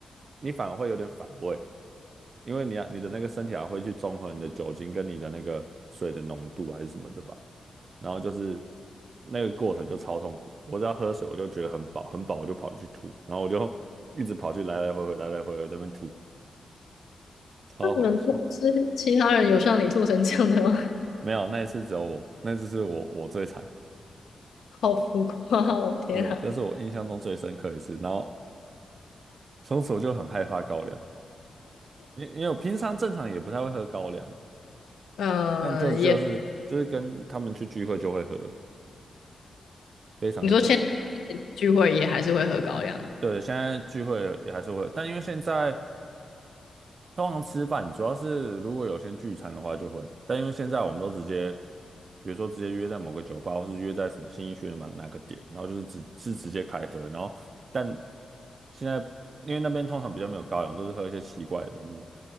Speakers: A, on the right (about 45°); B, on the left (about 80°).
A: 你反而会有点反胃，因为你要你的那个身体还会去中和你的酒精跟你的那个水的浓度还是什么的吧。然后就是那个过程就超痛苦，我只要喝水我就觉得很饱，很饱我就跑去吐，然后我就一直跑去来来回回来来回回在那边吐，超好笑。
B: 那你们公司其他人有像你吐成这样的吗？<laughs>
A: 没有，那一次只有我，那一次是我我最惨。
B: 好浮夸哦！天啊，
A: 对，但是我印象中最深刻一次，然后从此我就很害怕高粱，因因为我平常正常也不太会喝高粱，
B: 呃，
A: 但就就是就是跟他们去聚会就会喝，
B: 也
A: 非常的可怕。
B: 你说现在聚会也还是会喝高粱，
A: 对，现在聚会也还是会，但因为现在通常吃饭主要是如果有先聚餐的话就会，但因为现在我们都直接，比如说直接约在某个酒吧，或是约在什么新义区的嘛哪个点，然后就是直是直接开喝，然后但现在因为那边通常比较没有高粱，都是喝一些奇怪的什么